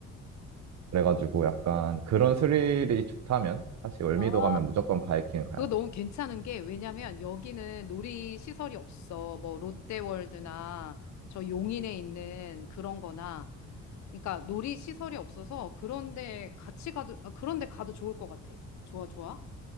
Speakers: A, on the right; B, on the left.
A: 그래가지고 약간 그런
B: 뭐,
A: 스릴이 좋다면 사실 월미도
B: 아,
A: 가면 무조건 바이킹을 가야
B: 그거 너무
A: 돼.
B: 괜찮은 게, 왜냐면 여기는 놀이시설이 없어. 뭐, 롯데월드나 저 용인에 있는 그런 거나, 그러니까 놀이시설이 없어서 그런데 같이 가도, 아, 그런데 가도 좋을 것 같아. 좋아, 좋아.